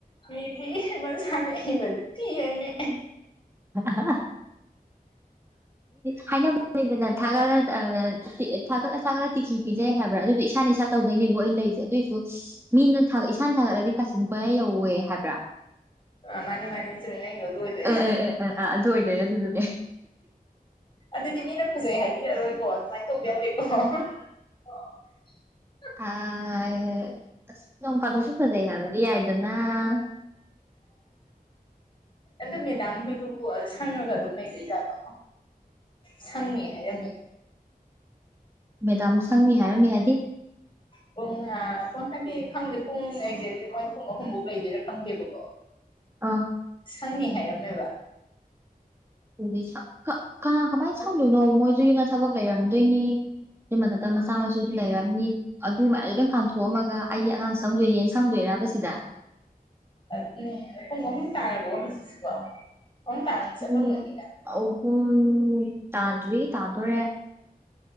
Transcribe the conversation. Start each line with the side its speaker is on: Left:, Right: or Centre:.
Left: ꯃꯤꯗꯤ ꯃꯖꯥ ꯅꯗꯨ ꯊꯤ ꯑ
Right: ꯑ ꯍꯥ ꯍꯅ ꯅ ꯁꯔꯒ ꯁꯒ ꯇꯤꯛꯀꯤ ꯄꯤꯖꯩ ꯍꯥꯏꯕ꯭ꯔꯥ ꯑꯗꯨꯗꯣ ꯏꯁꯥꯅ ꯏꯁꯥ ꯇꯧꯗꯣꯏꯅꯦꯕꯕꯨ ꯑꯩꯅ ꯇꯔꯤꯁꯦ ꯑꯗꯨꯑꯣꯏꯁꯨ ꯃꯤꯅ ꯊꯒꯠ ꯏꯁꯥꯅ ꯊꯥꯒꯠꯂꯗꯤ ꯀꯥꯆꯤꯟ ꯀꯣꯏꯌꯥ ꯌꯧꯋꯦ ꯍꯥꯏꯕ꯭ꯔꯥ
Left: ꯑ ꯃꯥꯅꯤ ꯃꯥꯅꯤ ꯆꯨꯝꯃꯤ ꯅꯪꯒꯤꯗꯣ ꯑꯗꯨ ꯑꯣꯏꯗꯣꯏꯅꯤ
Right: ꯑ ꯑꯥ ꯑꯗꯨ ꯑꯣꯏꯗꯣꯏꯅꯦ ꯑꯗꯨꯗꯨꯅꯦ
Left: ꯑꯗꯨꯗꯤ ꯃꯤꯅ ꯐꯖꯩ ꯍꯥꯏꯕꯤꯔꯛꯔꯣꯏꯀꯣ ꯑꯗꯨꯃꯥꯏꯅ ꯇꯧꯕ ꯌꯥꯗꯦꯀꯣ ꯑ
Right: ꯑꯁ ꯅꯣꯡ ꯐꯥꯗꯁꯨ ꯐꯖꯩ ꯍꯥꯏꯅꯗꯤ ꯌꯥꯏꯗꯅ <inaudible>
Left: ꯑꯗꯨꯣ ꯃꯦꯗꯥꯝ ꯍꯣꯏꯗꯨꯕꯨ ꯁꯪꯉꯒ ꯑꯗꯨꯝ ꯂꯩꯗꯣꯏ ꯖꯥꯠꯂꯣ ꯁꯪꯅꯤ ꯍꯥꯏꯔꯝꯃꯤꯅꯦ
Right: ꯃꯦꯗꯥꯝ ꯁꯪꯅꯤ ꯍꯥꯏꯔꯝꯃꯦ ꯍꯥꯏꯗꯤ
Left: ꯄꯨꯡ ꯄꯨꯡ ꯍꯥꯏꯗꯤ ꯈꯪꯗꯦ ꯄꯨꯡ ꯑꯦꯛꯖꯦꯛꯂꯤ ꯃꯣꯏ ꯄꯨꯡ ꯑꯍꯨꯝꯐꯧ ꯂꯩꯗꯣꯏꯔꯥ ꯈꯪꯗꯦꯕꯀꯣ
Right: ꯑꯥ
Left: ꯁꯪꯅꯤ ꯍꯥꯏꯔꯝꯃꯦꯕ
Right: ꯑꯗꯨꯗꯤ ꯀꯅꯥ ꯀꯃꯥꯏꯅ ꯁꯪꯗꯣꯏꯅꯣ ꯃꯣꯏꯁꯨ ꯌꯅ ꯊꯕꯛ ꯂꯩꯔꯝꯗꯣꯏꯅꯤ ꯑꯗꯨꯃ ꯅ ꯃꯆꯥ ꯃꯁꯨ ꯂꯩꯔꯝꯅꯤ ꯑꯗꯨ ꯃꯌꯥꯝꯁꯨ ꯂꯣꯏ ꯀꯥꯝꯊꯣꯛꯑꯝꯃꯒ ꯑꯩ ꯑꯉꯥꯡ ꯁꯪꯗꯣꯏꯅꯦꯅ ꯁꯪꯗꯣꯏꯔꯕꯁꯤꯗ
Left: ꯑꯗꯨꯅꯦ ꯑꯗꯣ ꯄꯨꯡ ꯑꯍꯨꯝ ꯇꯥꯔꯕꯣ ꯍꯧꯖꯤꯛꯁꯤꯀꯣ ꯑꯍꯨꯝ ꯇꯥꯔ ꯆꯠꯂꯝꯕꯅꯤꯅ
Right: ꯄꯨꯡ ꯑꯍꯨꯝ ꯇꯥꯗ꯭ꯔꯤ ꯇꯥꯗꯣꯔꯦ